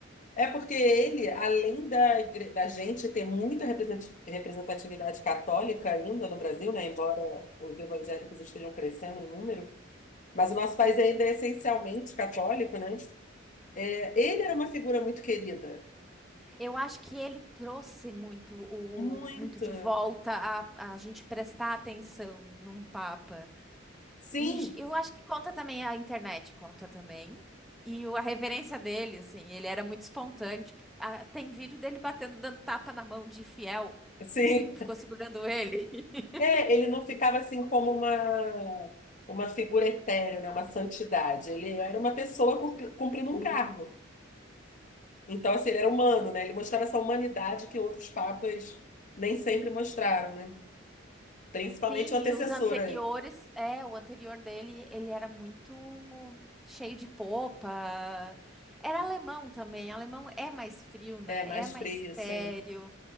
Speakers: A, on the left; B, in the centre.
A: É porque ele, além da, igre- da gente ter muita represent- representatividade católica ainda no Brasil, né? Embora os evangélicos estejam crescendo em número, Mas o nosso país ainda é essencialmente católico, né? É, Ele era uma figura muito querida.
B: Eu acho que ele trouxe muito o
A: Muito.
B: muito de volta a, a gente prestar atenção num papa.
A: Sim,
B: E j- eu acho que conta também a internet, conta também. E o- a reverência dele, assim, ele era muito espontâneo. tipo, ah, tem vídeo dele batendo, dando tapa na mão de fiel
A: sim.
B: que se- ficou segurando ele. <laughs>
A: É, ele não ficava assim como uma, uma figura etérea, né? Uma santidade. Ele era uma pessoa cumpri- cumprindo um cargo. Então, assim, ele era humano, né? Ele mostrava essa humanidade que outros papas nem sempre mostraram, né? Principalmente
B: Sim,
A: o antecessor
B: e os anteriores,
A: a ele.
B: é, o anterior dele, ele era muito cheio de popa. Era alemão também. Alemão é mais frio, né?
A: É, mais
B: É mais
A: frio, assim.
B: sério.